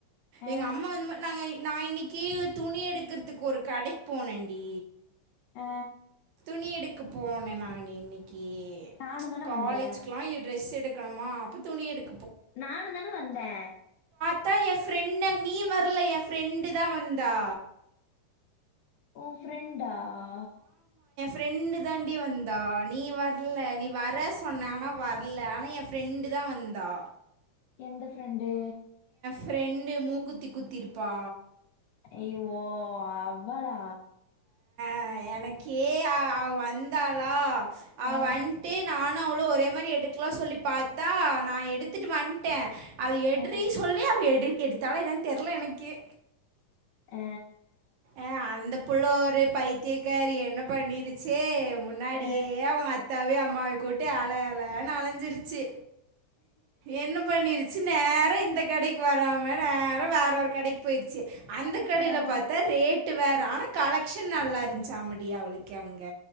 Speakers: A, on the left; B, on the right.
A: ஆ
B: எங்க அம்மா வந்து ம நாங்க நா இன்னைக்கி துணி எடுக்கிறதுக்கு ஒரு கடைக்கு போனன்டி
A: ஆ
B: துணி எடுக்கு போனே நானு இன்னைக்கு
A: நானு தான
B: காலேஜுக்குலா
A: வந்தே
B: ட்ரெஸ் எடு க்கணமா அப்ப துணி எடுக்
A: நானுந்தான வந்தே
B: அதா எ ஃப்ரெண்டு நீ வரல எ ஃப்ரெண்டு தா வந்தா
A: உ ஃப்ரெண்டா ஆ
B: ஃப்ரண்டு தாண்டி வந்தா நீ வர்ல நீ வர்ற சொன்ன ஆனா வர்ல ஆனா எ ஃப்ரெண்டு தா வந்தா
A: எந்த ஃப்ரண்டு
B: ஃப்ரண்டு மூக்குத்தி குத்திருப்பா
A: ஐயோ அவ்வளா
B: ஆ எனக்கே அ அவ வந்தாளா அவ
A: ஆ
B: வந்டு நான் னு அவளோ ஒரே மாரி எடுக்கலா சொல்லி பாத்தா நா எடுத்துட்டு வந்ட்டே அது எட்ரி
A: ஆ
B: சொல்லி அவ எடு எடுத்தாளா என்னனு தெர்ல எனக்கே
A: ஆ
B: ஆ அந்தப் போலோ ஒரே பைத்தியக்காரி என்ன பண்ணிருச்சு முன்னாடியே
A: ஆ
B: அவங்க அத்தாவே அ ம்மாவ கூட்டு அல அலான்னு அலஞ்சிருச்சு என்ன பண்ணிருச்சு நேரா இந்த கடைக் வராம நேரா வேற ஒரு கடைக்கு போயிருச்சு அந்த கடையில
A: ஆ
B: பாத்தா ரேட்டு வேற் ஆனா கலெக்ஷன் நல்லா இருஞ்சா அம்மெடி அவளுக்கு அங்க